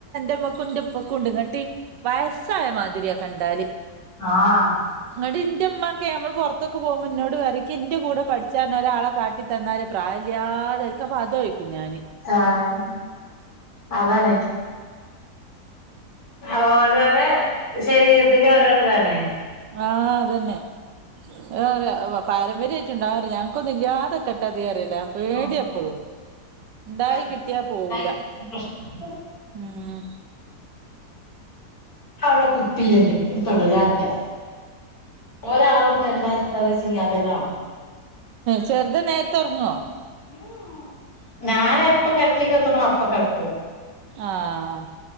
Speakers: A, on the right (about 85°); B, on the left (about 55°).
A: അമ്മകും എന്റെപ്പ ഇപ്പൊ ഉണ്ട് ഇങ്ങട്ടി വയസ്സായ മാതിരിയാ കണ്ടാൽ
B: ആഹ്
A: ഇന്നിട്ട് ന്റെ മ്മ ക്കെ നമ്മൾ പുറത്തൊക്കെ പോകുമ്പോ എന്നോട് പറയും ക്ക്‌ എന്റെ കൂടെ പഠിച്ചാൻ ഒരാളെ കാട്ടി തന്നാ ഒരു പ്രായല്യേ ആഹ് നെനക്കപ്പ അതോരിക്കും ഞാന്
B: ആഹ് അതാണ്. ഓരോര ശരീരത്തി ഓരോര ഇതണേ.
A: ആഹ് അതന്നെ. ഏറെ പാരമ്പര്യയിയിട്ട് ഇണ്ടാവാണ് ഞങ്ങക്കൊന്നും ഇല്ലാതെ കേട്ടെ അത് അല്ല പേടിയ
B: ആഹ്
A: എപ്പോളും ഉണ്ടായി
B: അതന്നെ
A: കിട്ടിയാ പോവൂല.
B: ഉണ്ടായി കിട്ടിയ പ്രശ്നം
A: ഉം.
B: അവിടെ കുപ്പിലുണ്ട് എടുത്തോണ്ട്വ ഞാനിട്ട്തരാ ഒരാളടത്ത എന്താ ചങ്ങി അതന്നെ വാണം.
A: ചെറുത് നേറത്തെ ഒറങ്ങോ?
B: ഉം ഞാനെപ്പ കിടക്കക്കെത്തണോ അപ്പേ കിടക്കു
A: ആഹ്